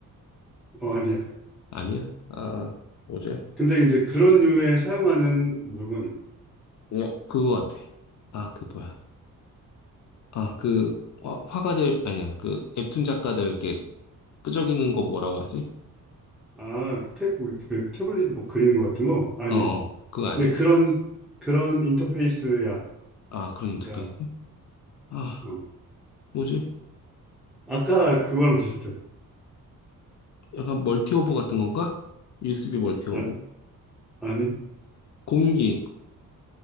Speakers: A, in the centre; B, on the left (about 55°).
A: 어, 아니야.
B: 아니야? 아, 뭐지?
A: 근데 이제 그런 류에 사용하는 물건이야.
B: 어, 그거 같아. 아, 그 뭐야. 아, 그 화, 화가들 아니야. 그 웹툰 작가들 이렇게 끄적이는 거 뭐라고 하지?
A: 아, 태뭐 그, 태블릿 뭐 그리는 것 같은 거? 아니야.
B: 어, 어. 그거 아니야?
A: 근데 그런 그런 인터페이스야.
B: 아, 그런 인터페이스?
A: 그러니까
B: 아,
A: 어.
B: 뭐지?
A: 아까 그거랑 비슷해.
B: 약간 멀티허브 같은 건가? USB 멀티허브.
A: 아, 아니,
B: 공유기.